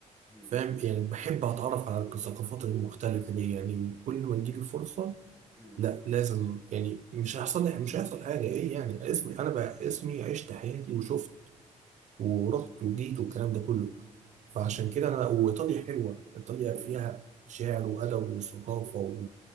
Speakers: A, in the centre; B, on the right.
A: امم
B: فاهم يعني بحب أتعرف على الثقافات المختلفة دي يعني كل ما تجيلي الفرصة
A: امم
B: لا لازم يعني مش هيحصل لي مش هيحصل حاجة إيه يعني اسمي أنا بقى اسمي عشت حياتي وشفت ورحت وجيت والكلام ده كله فعشان
A: امم
B: كده أنا وإيطاليا حلوة إيطاليا
A: أمم.
B: فيها شعر وأدب وثقافة و-